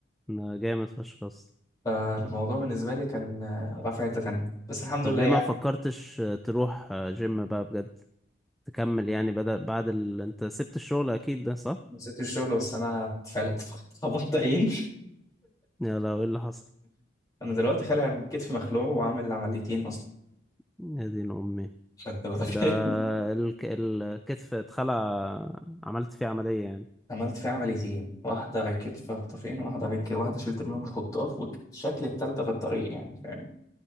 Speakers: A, in the centre; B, on the left.
A: ما جامد فشخ بس
B: فالموضوع بالنسبة لي كان آه، رافع حتة تانية بس الحمد
A: طب
B: لله
A: ليه
B: يعني
A: ما فكرتش تروح جيم بقى بجد تكمل يعني بدل بعد ال... انت سبت الشغل اكيد ده صح
B: نسيت الشغل بس انا اتفلت <laughs> خبطت عين
A: يا لو ايه اللي حصل
B: انا دلوقتي خالع كتفي مخلوع وعامل عمليتين اصلا
A: يا دين امي
B: عشان انت متخيل
A: ده
B: <laughs>
A: الك... الكتف اتخلع عملت فيه عملية يعني
B: عملت فيه عمليتين واحده ركبت فيها خطافين واحده ركبت واحده شلت منهم الخطاف والشكل التالتة في الطريق يعني فاهم